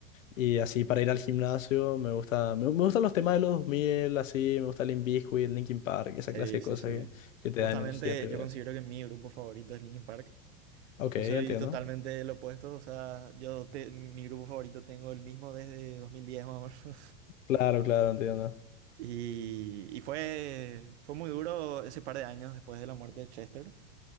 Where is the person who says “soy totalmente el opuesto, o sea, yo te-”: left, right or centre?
Right